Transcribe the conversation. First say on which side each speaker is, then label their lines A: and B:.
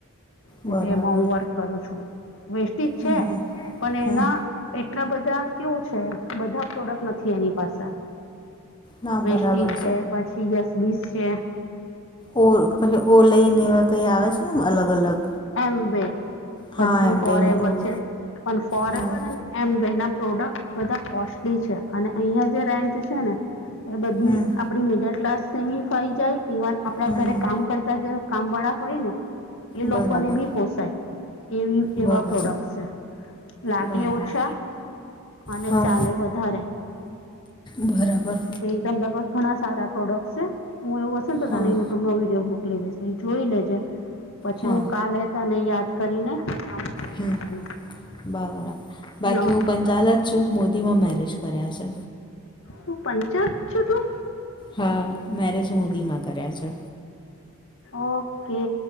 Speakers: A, on the left; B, on the left.
A: કેલેમાં
B: બરાબર
A: હમવર્ક કરું છું વેસ્ટીજ છે
B: હમ હમ
A: પણ
B: હમ
A: એના એટલા બધા કેવું છે બધા પ્રોડક્ટ નથી એની પાસે
B: ના
A: વૈષ
B: બરાબર
A: છે પછી યસ બીસ છે.
B: ઓ પછી ઓ લઈને એવા કઈ આવે છેને અલગ અલગ
A: એમ વે પછી
B: હા એમ
A: ફોર
B: બેને
A: એવર
B: ઓલ
A: છે પણ ફોર
B: હા
A: એવર અને એમ વે ના પ્રોડક્ટ બધા કોસ્ટલી છે અને અહિયાં જે રેન્જ છે ને એ બધી
B: હમ
A: આપડી મિડલ ક્લાસને બી ફાઈ જાય ઇવન આપણા
B: હમ
A: ઘરે કામ કરતા જ કામ વાળા હોયને એ
B: બરાબર
A: લોકોને બી પોસાય એવી
B: બરાબર
A: એવા પ્રોડક્ટ છે. લાગે
B: બરાબર
A: ઓછા અને
B: હા
A: ચાલે વધારે
B: બરાબર
A: એ તમદ ઘણા સારા પ્રોડક્ટ છે હું એવું હશે તો
B: હા
A: તને યુટ્યુબ નો વિડીયો મોકલિશ. જોઈ લેજે પછી
B: હા
A: હું કાલે તને યાદ કરીને આ મોકલી
B: હમ
A: દઈશ એનું
B: બરાબર, બાકી
A: યા
B: હું પંચાલ જ છું મોદીમાં મેરેજ કર્યા છે.
A: હું પંચાત છું તું?
B: હા મેરેજ મોદીમાં કર્યા છે.
A: ઓકે તો